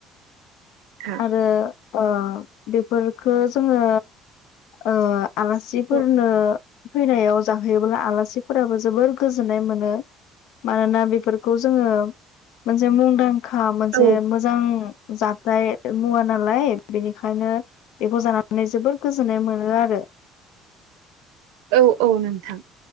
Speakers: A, on the right; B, on the left.
A: थां
B: आरो ओ बेफोरफोरखो जोङो ओ आलासिफोरनो
A: औ
B: फैनायाव जाहोयोब्ला आलासिफोराबो जोबोर गोजोननाय मोनो। मानोना बेफोरखौ जोङो मोनसे मुंदांखा मोनसे
A: औ
B: मोजां जाथाय मुवा नालाय बेनिखायनो बेखौ जानानै जोबोर गोजोननाय मोनो आरो।
A: औ औ नोंथां